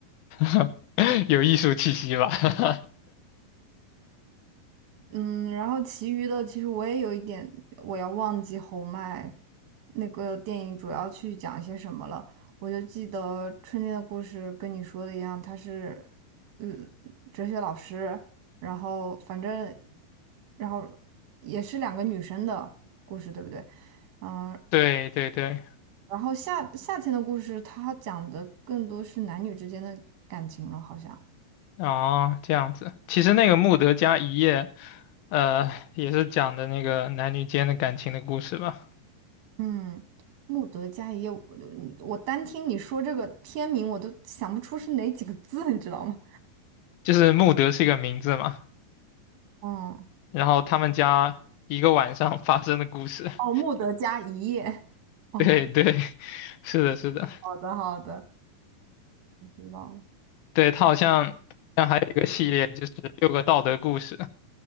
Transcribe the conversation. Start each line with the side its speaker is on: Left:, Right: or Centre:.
Left: <laughs> 有艺术气息吧。<laughs>
Right: 嗯，然后其余的其实我也有一点，我要忘记侯麦那个电影主要去讲些什么了。我就记得《春天的故事》跟你说的一样，他是，嗯，哲学老师，然后反正，然后也是两个女生的故事，对不对？嗯，
Left: 对对对，
Right: 然后夏夏天的故事，它讲的更多是男女之间的感情了，好像。
Left: 哦，这样子。其实那个《穆德加一夜》呃，也是讲的那个男女间的感情的故事吧。
Right: 嗯，穆德加一夜，我我单听你说这个片名，我都想不出是哪几个字，你知道吗？
Left: 就是穆德是一个名字嘛，
Right: 嗯，
Left: 然后他们家一个晚上发生的故事。<laughs>
Right: 哦，穆德加一夜。哦，
Left: 对对，<laughs> 是的，是的，
Right: 好的好的，我知道了。
Left: 对，它好像像还有一个系列，就是六个道德故事，